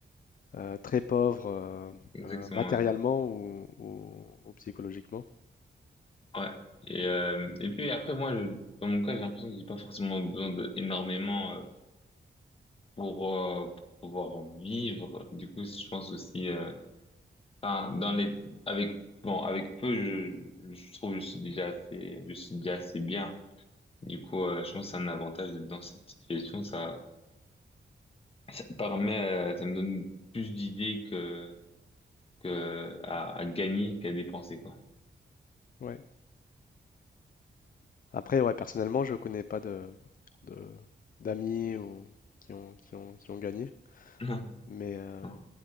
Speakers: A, on the left; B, on the left.
A: euh, très pauvres euh,
B: Exactement,
A: euh, matériellement
B: ouais.
A: ou, ou- ou psychologiquement.
B: Ouais. Et, euh, et puis après, moi, je- dans mon cas, j'ai l'impression que j'ai pas forcément besoin d'énormément pour, euh, pour pouvoir vivre. Du coup, je pense aussi, euh, enfin, dans les, avec, bon, avec peu, je, je trouve que je suis déjà assez, je suis déjà assez bien. Du coup, euh, je pense que c'est un avantage d'être dans cette situation. Ça, ça permet, euh, ça me donne plus d'idées que, que à, à gagner qu'à dépenser, quoi.
A: Ouais. Après, ouais, personnellement, je connais pas de, de- d'amis ou, qui ont, qui ont, qui ont gagné,
B: Ouais,
A: mais euh,
B: <laughs>